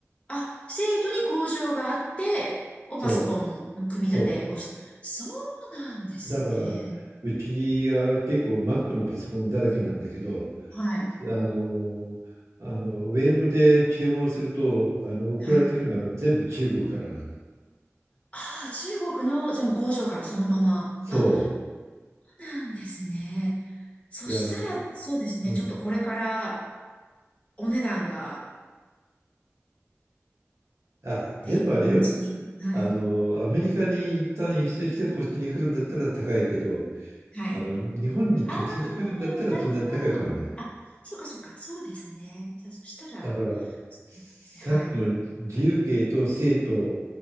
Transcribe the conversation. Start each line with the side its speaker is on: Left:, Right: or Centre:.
Left: あ、生徒に交渉があって、をパソコンの組み立てをして、
Right: そうそ
Left: そうなんですね。
Right: う。だからうちは結構 Mac のパソコンだらけなんだけど、
Left: はい。
Right: あのあのウェブで注文するとあの送られてくるのは全部中国からなんだ。
Left: はい。ああ、中国の、じゃあもう工場からそのまま。
Right: そ
Left: あ、なんですね。そしたら、
Right: う。いや、
Left: そうですね。
Right: うん。
Left: ちょっとこれからお値段が、
Right: あ、
Left: って今のうちに、
Right: でもあれよ。
Left: はい。
Right: あのアメリカに一旦輸出してこっちに来るんだったら高いけど、
Left: はい。
Right: あの日本に直接来るんだったらそんなに高くはない。
Left: ああ、なるほど、なるほど。あ、そうか、そうか、そうですね。じゃあ、そしたら、
Right: だからさっきの自由形と生徒
Left: そうなんですね。はい。